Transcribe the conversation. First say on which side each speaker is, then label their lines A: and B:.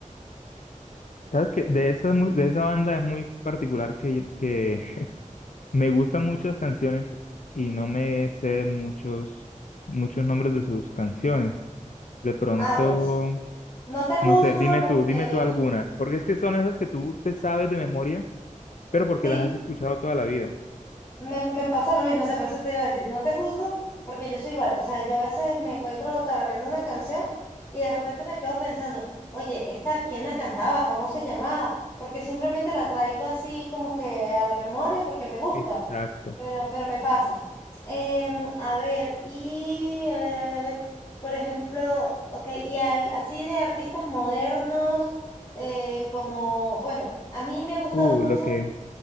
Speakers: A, on the left; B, on the left.
A: Sabes que de esa, mu- de esa banda es muy particular que, que <laughs> me gustan muchas canciones y no me sé muchos, muchos nombres de sus canciones. De pronto,
B: Ah, pues, no te juzgo
A: no sé, dime
B: porque,
A: tú, dime tú alguna, porque es que son esas que tú te sabes de memoria, pero porque
B: <laughs> sí,
A: las has escuchado toda la vida.
B: me, me pasa lo mismo, o sea, por eso te iba a decir, no te juzgo, porque yo soy igual, o sea, yo a veces me encuentro tarareando una canción y de repente me quedo pensando, oye, ¿esta quién la cantaba? ¿Cómo se llamaba? Porque simplemente la traigo así como que a la memoria porque me gusta,
A: Exacto.
B: pero, pero me pasa. Em, a ver, y a ver, a ver, a ver, por ejemplo, ok, y al- así de artistas modernos, eh, como, bueno, a mí me han gustado
A: Uh,
B: muchas
A: lo que.